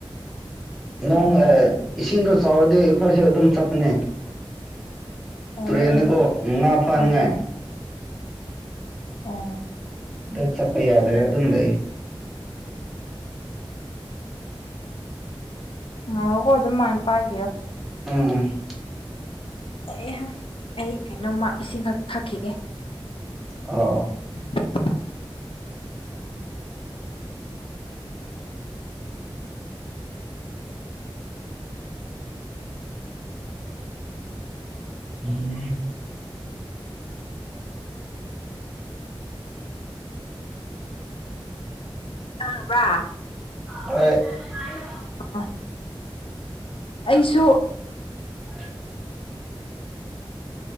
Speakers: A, in the centre; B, on the left.
A: ꯅꯣꯡ
B: ꯎꯝ
A: ꯑꯦ ꯏꯁꯤꯡꯗꯣ ꯆꯥꯎꯔꯗꯤ ꯑꯩꯈꯣꯏꯁꯨ ꯑꯗꯨꯝ ꯆꯠꯄꯅꯦ
B: ꯎꯝ
A: ꯇꯨꯔꯦꯟꯗꯀꯣ ꯉꯥ ꯐꯥꯅꯤꯡꯉꯥꯏ
B: ꯎꯝ ꯎꯝ ꯎꯝ
A: ꯍꯟꯇꯛ ꯆꯠꯄ ꯌꯥꯗ꯭ꯔꯦ ꯑꯗꯨꯝ ꯂꯩ
B: ꯉꯥꯏꯈꫭꯀꫭ ꯑꯗꯨꯝ ꯃꯥꯏ ꯄꯥꯏꯄꯤꯌꫭ
A: ꯎꯝ ꯎꯝ
B: ꯍꯩꯍꯥ ꯑꯩ ꯀꯩꯅꯣꯝꯃ ꯏꯁꯤꯡꯈꯛ ꯊꯛꯈꯤꯒꯦ
A: ꯑꯣ
B: <inaudible>
A: ꯎꯝ <inaudible>
B: ꯇꯥꯕꯔꯥ
A: ꯍꯣꯏ ꯎꯝ <inaudible>
B: ꯑ ꯑꯩꯁꯨ
A: ꯑꯧ <inaudible>